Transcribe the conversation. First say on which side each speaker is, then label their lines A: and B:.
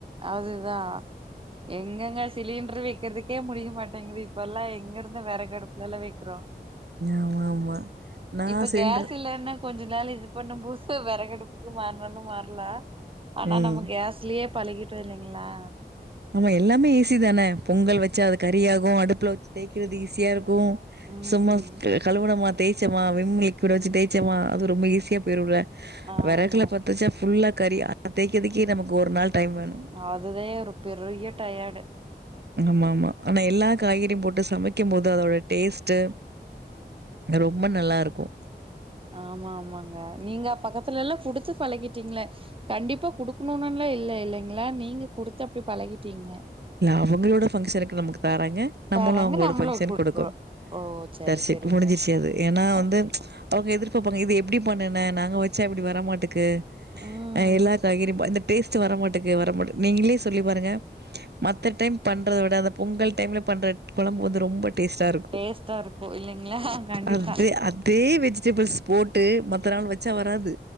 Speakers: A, on the right; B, on the right.
A: அதுதான், எங்கெங்க சிலிண்டர் வெக்கிறதுக்கே முடிய மாட்டேங் <unintelligible> இப்பெல்லாம் எங்கருந்து வெறகடுப்புலல்லாம் வைக்கிறோம்.
B: ஆமா ஆமா நான்
A: இப்ப
B: சென்ற
A: கேஸ் இல்லன்னா கொஞ்ச நாள் இது பண்ணும் போது வெறகடுப்புக்கு மாறினாலும் மாறலாம் ஆனா
B: ம்.
A: நம்ம கேஸ்லயே பழகிட்டோ இல்லைங்கலா
B: ஆம எல்லாமே ஈஸி தானே பொங்கல் வச்சா அது கரியாகும் அடுப்புல வச்சு தேய்க்கறது ஈஸியா இருக்கும் க்கு
A: ம்
B: சும்மா கலுவண மா தேய்சமா விம் லிக்விட் வச்சுதேய்ச்சமா அது ரொம்ப ஈஸியா போய்ரும்ல
A: ஆமா
B: விறகுல பத்தச்சா ப்புல்லா கறி ஆன தேய்க்கிறதுக்கே நமக்கு ஒரு நாள் டைம் வேணும்.
A: அதுதே <unintelligible> பெருய்ய டயர்டு.
B: ஆமா ஆமா ஆனா எல்லா காய்கறியும் போட்டு சமைக்கும் போது அதோட டேஸ்ட்டு ரொம்ப நல்லாருக்கும்.
A: ஆமா ஆமாங்க நீங்க பக்கத்துலல்லாம் குடுத்து பழகிட்டீங்கள கண்டிப்பா குடுக்கணும்னுல்லா இல்ல இல்லைங்களா நீங்க குடுத்து அப்படி பழகிட்டீங்க
B: அவங்களோட ஃபங்க்ஷனுக்கு நமக்கு றங்க நம்மளும்
A: தராங்க
B: அவங்களோட
A: நம்மளு
B: ஃபங்க்ஷனுக்கு
A: குடுக்குறோ
B: குடுக்கும்
A: ஓ சரி
B: தரிச
A: சரிங்க
B: முடிஞ்ச்சிச்சிது ஏனாவந்து
A: ஆ
B: அவங்க எதிர்பார்ப்பாங்க இதுஎப்படி பண்ண நா நாங்க வச்சா அப்படி வரமாட்டேக்கு.
A: ம்
B: அஹ் எல்லா காய்கறி டேஸ்ட் வர மாட்டேக்கு வர மாட்ட நீங்களே சொல்லி பாருங்க. மத்த டைம் பண்றத விட அந்த பொங்கல் டைம்ல பண்ற கொழம்பு வந்து ரொம்ப டேஸ்டா இருக்கு
A: டேஸ்ட்டா இருக்கு இல்லைங்களா கண்டிப்பா
B: அதே அதே வெஜிடபிள்ஸ் போட்டு மத்த நாள் வச்சா வராது